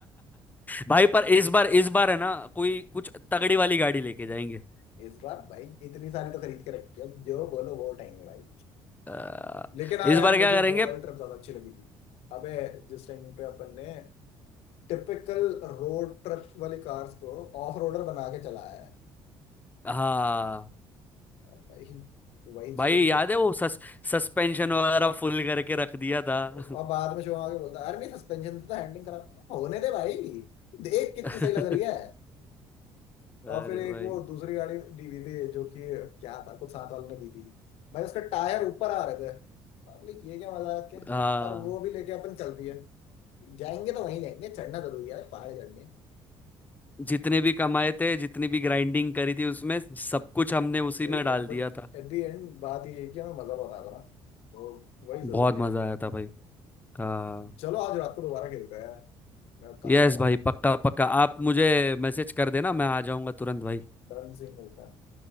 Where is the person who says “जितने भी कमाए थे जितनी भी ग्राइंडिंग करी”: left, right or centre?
Left